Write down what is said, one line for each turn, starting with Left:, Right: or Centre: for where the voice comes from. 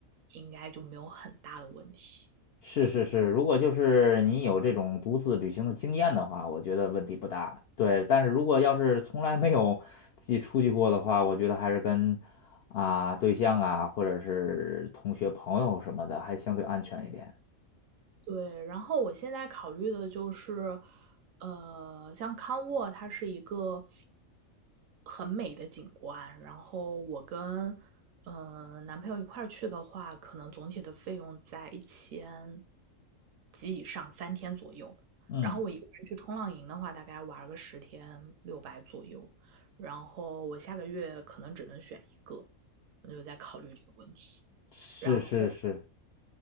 Right: 应该就没有很大的问题。
Left: 是是是，
Right: 嗯，
Left: 如果就是你有这种独自旅行的经验的话，我觉得问题不大。对，但是如果要是从来没有自己出去过的话，我觉得还是跟啊对象啊，或者是同学朋友什么的，还相对安全一点。
Right: 对，然后我现在考虑的就是，呃，像康沃，它是一个很美的景观，然后我跟嗯男朋友一块儿去的话，可能总体的费用在一千及以上，三天左右。
Left: 嗯，
Right: 然后我一个人去冲浪营的话，大概玩个十天，六百左右。然后我下个月可能只能选一个，我就在考虑这个问题。
Left: 是是是，
Right: 然后。